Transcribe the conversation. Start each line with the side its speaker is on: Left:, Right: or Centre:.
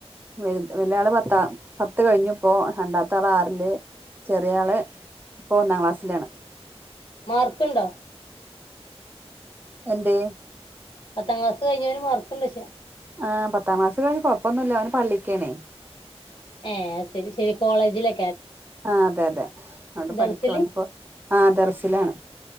Right: വൽ വലിയാള് പത്താ പത്ത് കഴിഞ്ഞുപ്പോ രണ്ടാത്താളാറില് ചെറിയ ആള് ഇപ്പൊ ഒന്നാം ക്ലാസ്സിലാണ്
Left: മാർക്ക്ണ്ടോ
Right: എന്തേ
Left: പത്താം ക്ലാസ് കഴിഞ്ഞവന് മാർക്ക്ണ്ടോയ്ച്ച
Right: ആ പത്താം ക്ലാസ് കഴിഞ്ഞ് കൊഴപ്പൊന്നുല്ല അവന് പള്ളിക്കേണേ
Left: ഏ അത് ശെരി ശെരി കോളേജിലെ
Right: ആ അതെ അതെ അവിടെ
Left: ദറ്സില്
Right: പഠിക്കും ഓനിപ്പോ ആ ദർസിലാണ്